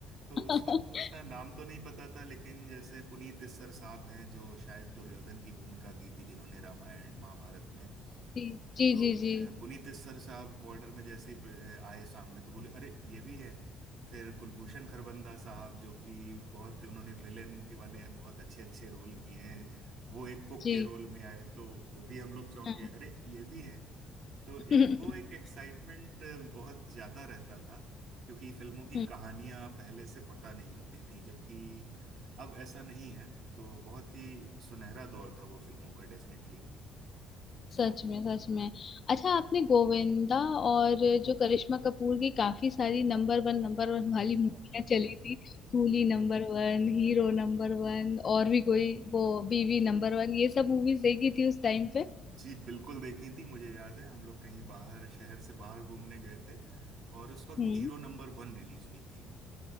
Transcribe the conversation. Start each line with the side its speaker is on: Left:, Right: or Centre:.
Right: तो
Left: <laughs>
Right: उस वक्त तो उतना नाम तो नहीं पता था लेकिन जैसे पुनीत इस्सर साहब हैं जो शायद दुर्योधन की भूमिका की थी जिन्होंने रामायण महाभारत में
Left: जी जी
Right: तो
Left: जी जी
Right: अ, पुनीत इस्सर साहब बॉर्डर में जैसे ही अ, आए सामने तो बोले अरे ये भी है फिर कुलभूषण खरबंदा साहब जो कि बहुत उन्होंने विलेन के वाले बहुत अच्छे अच्छे रोल किए हैं वो एक कुक
Left: जी
Right: के रोल में आए तो वो भी हम लोग चौंक
Left: हाँ।
Right: गए अरे ये भी है तो एक
Left: <laughs>
Right: वो एक एक्साइटमेंट बहुत ज्यादा रहता था क्योंकि फिल्मों की
Left: हम्म,
Right: कहानियां पहले से पता नहीं होती थी जबकि अब ऐसा नहीं है तो बहुत ही सुनहरा दौर था वो फिल्मों का डेफिनेटली <laughs>
Left: सच में सच में अच्छा आपने गोविंदा और जो करिश्मा कपूर की काफी सारी नंबर वन नंबर वन वाली मूवियाँ चली थी Coolie number one hero number one और भी कोई वो बीवी नंबर वन ये सब मूवीज देखी थी उस टाइम पे
Right: जी बिल्कुल देखी थी मुझे याद है हम लोग कहीं बाहर शहर से बाहर घूमने गए थे और उस वक्त
Left: हम्म
Right: हीरो नंबर वन रिलीज हुई थी।